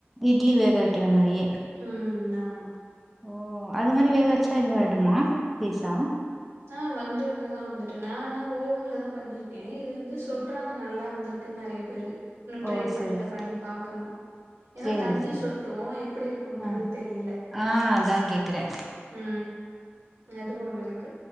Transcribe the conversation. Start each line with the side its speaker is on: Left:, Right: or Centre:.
Centre: இட்லி வேக வெக்கிற மாரியே
Right: ம் ஆமா
Centre: ஓ அது மாரி வேக வெச்சா இது ஆயிடுமா பீசா
Right: ஆ வந்துருதுதா வந்துர் டு நானா ஓவன்லதா பண்ணிருக் ஏய் இது வந்து சொல்றாங்க
Centre: ஓ
Right: நல்லா வந்துருக் இதுக்குன் நறைய பேரு இன்னு ட்ரை
Centre: ஓ
Right: பண்ல
Centre: சேரி சேரி
Right: பண்ணி பாக்கணு ஏன்னா
Centre: சேரி
Right: தண்ணி
Centre: சேரி
Right: சொட்டு எப்படி இருக்கும்ன்றது
Centre: ஆ
Right: தெரியில
Centre: ஆ அதா கேக்குறே
Right: ம் ம் அது ஒண்ணு இருக்கு